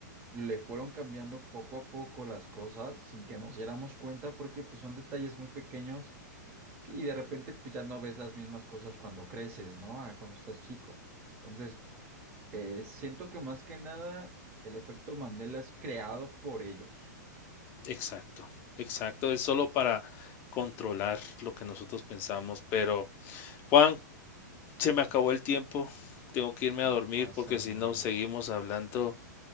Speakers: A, on the right; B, on the left.
A: le fueron cambiando poco a poco las cosas sin que nos diéramos cuenta porque pues son detalles muy pequeños que- y de repente pues ya no ves las mismas cosas cuando creces, ¿no? A cuando estás chico. Entonces, eh, siento que más que nada el efecto Mandela es creado por ellos.
B: exacto, exacto. Es solo para controlar lo que nosotros pensamos. Pero, Juan, se me acabó el tiempo. Tengo que irme a dormir
A: No pasa
B: porque
A: nada.
B: si no, seguimos hablando